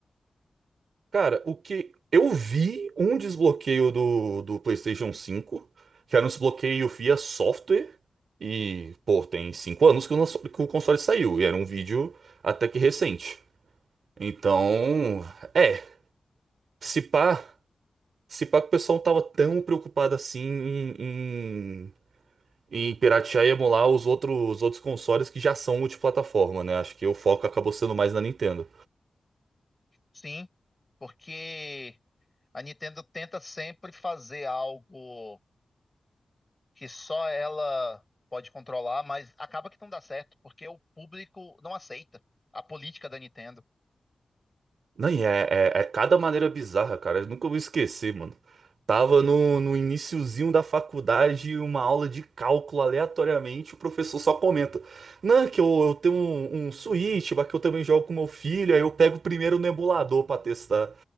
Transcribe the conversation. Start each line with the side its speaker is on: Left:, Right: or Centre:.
Right: Cara, o que eu vi um desbloqueio do, do PlayStation 5, que era um desbloqueio via software, e pô, tem 5 anos que o, lanço- que o console saiu, e era um vídeo até que recente. Então, é, se pá. Se pá que o pessoal não tava tão preocupado assim em, em, em piratear e emular os outros, os outros consoles que já são multiplataforma, né? Acho que o foco acabou sendo mais na Nintendo.
Left: Sim, porque a Nintendo tenta sempre fazer algo que só ela pode controlar, mas acaba que não dá certo, porque o público não aceita a política da Nintendo.
Right: Não, e é, é, é cada maneira bizarra, cara. Eu nunca vou esquecer, mano. Tava no, no iniciozinho da faculdade, uma aula de cálculo aleatoriamente, o professor só comenta. Não, é que eu, eu tenho um, um Switch, mas que eu também jogo com meu filho, aí eu pego primeiro no emulador pra testar.